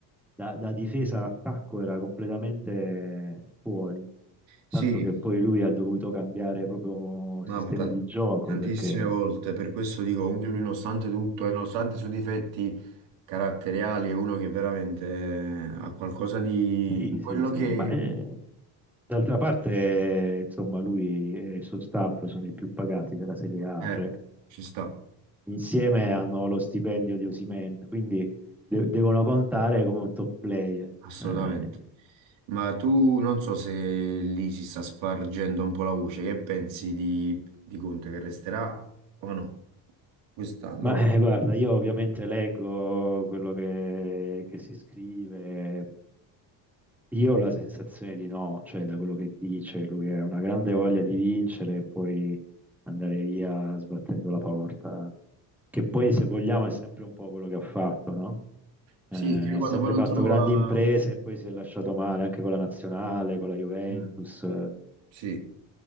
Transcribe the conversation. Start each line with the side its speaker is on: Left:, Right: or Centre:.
Centre: da, da difesa a attacco era completamente fuori,
Right: Sì,
Centre: tanto che poi lui ha dovuto cambiare proprio
Right: mamma,
Centre: sistema
Right: tan-
Centre: di gioco,
Right: tantissime
Centre: perché
Right: volte, per questo dico, comunque lui nonostante tutto e nonostante i suoi difetti caratteriali è uno che veramente eh, ha qualcosa di...
Centre: sì,
Right: in quello
Centre: sì, sì,
Right: che...
Centre: ma... eh, D'altra parte, insomma, lui e il suo staff sono i più pagati della Serie A,
Right: eh,
Centre: cioè
Right: ci sta,
Centre: insieme hanno lo stipendio di Osimhen, quindi de- devono contare come un top player.
Right: assolutamente.
Centre: Eh,
Right: Ma tu non so se lì si sta spargendo un po' la voce, che pensi di, di Conte che resterà o no? Quest'anno,
Centre: Ma
Right: dopo...
Centre: eh, guarda, io ovviamente leggo quello che, che si scrive, io ho la sensazione di no, cioè da quello che dice, lui ha una grande voglia di vincere e poi andare via sbattendo la porta, che poi se vogliamo è sempre un po' quello che ha fatto, no?
Right: Sì,
Centre: Eh,
Right: che lui
Centre: ha
Right: quando
Centre: sempre
Right: poi non
Centre: fatto
Right: trova...
Centre: grandi imprese e poi si è lasciato male anche con la nazionale, con la Juventus.
Right: Mm,
Centre: eh,
Right: Sì,